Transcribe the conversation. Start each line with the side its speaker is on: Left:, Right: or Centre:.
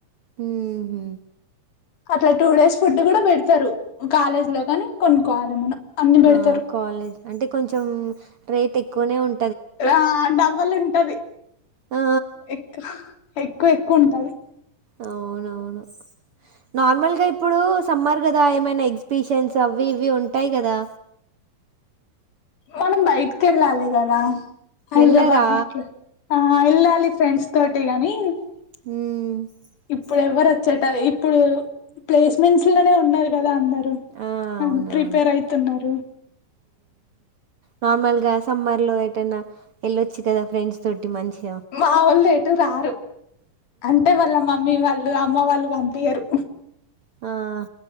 Right: ఊహూ
Left: అట్లా టూ డేస్ ఫుడ్ కూడా పెడతారు కాలేజ్ లో కాని కొనుక్కోవాలి మనం అన్ని పెడతారు
Right: ఆ కాలేజ్ అంటే కొంచెం రేట్ ఎక్కువనే ఉం
Left: ఆ డబల్ ఉంటది
Right: ఆ!
Left: ఎకు ఎక్కువ ఎక్కువ ఉంటది
Right: అవునవును నార్మల్గా ఇ ప్పుడు సమ్మర్ కదా ఏమైనా ఎగ్జిబిషన్స్ అవి ఇవి ఉంటాయి కదా
Left: మనం బైటికెళ్ళాలి కదా హైదరాబాద్
Right: వెళ్ళరా?
Left: గిట్ల ఆ ఎల్లాలి ఫ్రెండ్స్ తోటిగానీ
Right: మ్
Left: ఇప్పుడు ఎవ్వరు వచ్చేట ఇప్పుడు ప్లేస్మెంట్స్ లోనే ఉన్నారు కదా అందరు
Right: ఆ! అవునవును.
Left: ప్రిపేర్ అయితున్నారు
Right: నార్మల్గా సమ్మర్ లో ఏటన్నా వెళ్ళొచ్చు కదా ఫ్రెండ్స్ తోటి టి మంచి
Left: మా వాళ్ళు రారు అంటే వాళ్ళ మమ్మీ వాళ్ళు అమ్మ వాళ్ళు ప పయరు
Right: ఆ